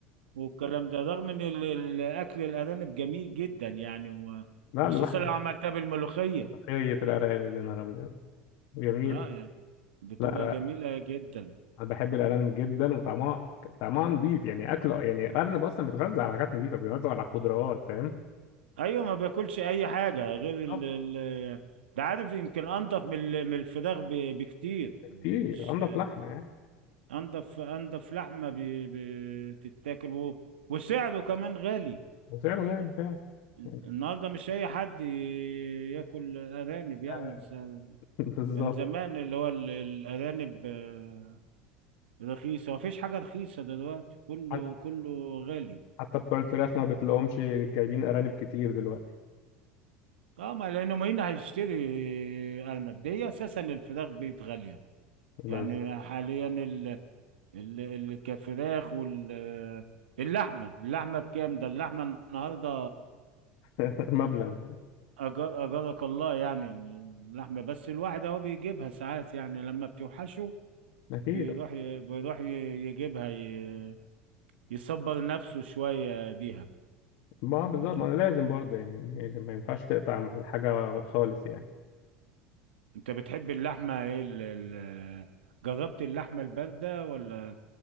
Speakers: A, on the right; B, on the left.
A: والكلام ده رغم ان ال- ال- اكل الارانب جميل جدا يعني و-
B: لا
A: وخصوصا
B: اللحم
A: لو عملتها بالملوخيه
B: ملوخية الأرانب يا نهار أبيض جميلة
A: اه يعني بتبقى
B: لا لا
A: جميله جدا
B: أنا بحب الأرانب جدا وطعمها طعمها نضيف يعني أكل يعني الأرنب أصلا بيتغذى على حاجات نضيفة بيتغذى على خضروات فاهم
A: ايوه ما باكلش اي حاجه غير ال
B: بالظبط
A: ال ده عارف يمكن انضف من ال- من الفراخ ب- بكتير
B: كتير
A: مش
B: أنضف لحمة يعني
A: انضف انضف لحمه ب- بتتاكل و- وسعره كمان غالي
B: وسعره غالي فعلا
A: النهارده
B: يعني
A: مش اي حد ي- ياكل ارانب يعني
B: أرانب
A: السعر-
B: <laughs> بالظبط
A: كان زمان اللي هو ال- الارانب آه، رخيصه مفيش حاجه رخيصه دلوقتي كله
B: حت-
A: كله غالي
B: حتى بتوع الفراخ ما بتلاقوهمش جايبين أرانب كتير دلوقتي
A: اه ما لانه مين هيشتري ارنب دي اساسا الفراخ بقت غاليه
B: بس
A: يعني حاليا ال- الكفراخ وال اللحمة اللحمة بكام ده اللحمة النهاردة
B: <laughs> مبلغ
A: أجر أجرك الله يعني اللحمة بس الواحد أهو بيجيبها ساعات يعني لما بتوحشه
B: اكيد
A: بيروح ي... بيروح ي... يجيبها ي... يصبر نفسه شوية بيها
B: ما بالظبط
A: أنت
B: ما انا لازم برضه يعني يعني ما ينفعش تقطع الحاجه خالص يعني
A: أنت بتحب اللحمة إيه ال... ال... جربت اللحمة الباردة ولا